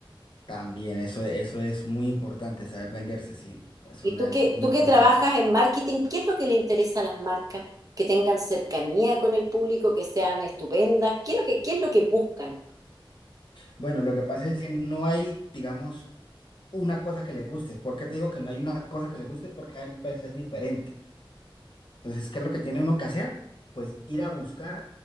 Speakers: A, on the left; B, on the right.
A: también eso, eso es muy importante, saber venderse, sí, es
B: Y
A: una
B: tú
A: habilidad
B: que,
A: muy
B: tú
A: importante.
B: que trabajas en marketing, ¿qué es lo que le interesa a las marcas? Que tengan cercanía con el público, que sean estupendas. ¿Qué es lo que, qué es lo que buscan?
A: Bueno, lo que pasa es que no hay, digamos, una cosa que les guste. ¿Por qué te digo que no hay una cosa que les guste? Porque hay empresas diferentes. Entonces, ¿qué es lo que tiene uno que hacer? Pues ir a buscar